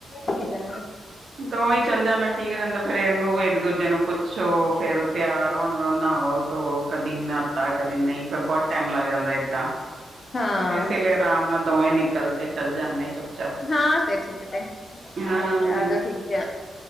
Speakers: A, on the left; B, on the right.
A: ਅੱਛਾ।
B: ਦੋਵੇਂ ਹੀ ਚੱਲ ਜਾਂਦਾ ਠੀਕ ਰਹਿੰਦਾ ਫੇਰ ਇਹਨੂੰ ਇੱਕ- ਦੂਜੇ ਨੂੰ ਪੁੱਛੋ ਫੇਰ ਤਿਆਰ ਹੋਣ ਨਹਾਓ ਧੋ ਕਦੀ ਨਾਤਾ ਕਦੇ ਨਹੀਂ ਫੇਰ ਬਹੁਤ ਟਾਈਮ ਲੱਗ ਜਾਂਦਾ ਇੱਦਾਂ।
A: ਹਾਂ
B: ਇਸੇ ਲਈ ਆਰਾਮ ਨਾਲ ਦੋਵੇਂ ਨਿਕਲਦੇ ਚੱਲ ਜਾਣੇ ਚੁੱਪ ਚਾਪ
A: ਹਾਂ ਤੇ ਠੀਕ ਏ ਤੇ
B: ਹਾਂ
A: ਓਕੇ
B: ਇਹ ਨਾ
A: ਠੀਕ ਹੈ।